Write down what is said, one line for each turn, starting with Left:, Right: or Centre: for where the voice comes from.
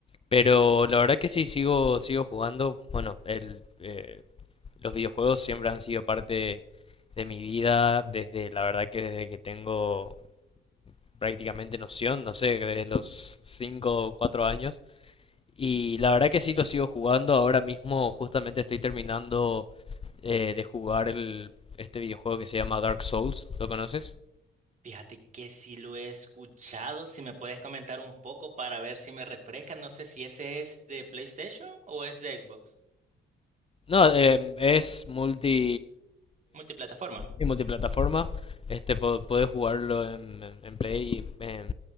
Left: pero la verdad que sí sigo, sigo jugando. Bueno, el, eh, los videojuegos siempre han sido parte de mi vida, desde la verdad que desde que tengo prácticamente noción, no sé, desde los 5 o 4 años. Y la verdad que sí lo sigo jugando, ahora mismo justamente estoy terminando eh, de jugar el, este videojuego que se llama Dark Souls, ¿lo conoces?
Right: Fíjate que si lo he escuchado, si me puedes comentar un poco para ver si me refresca, no sé si ese es de PlayStation o es de Xbox.
Left: No, em, es multi,
Right: Multiplataforma.
Left: y multiplataforma. Este, po- podés jugarlo en, en- en Play, en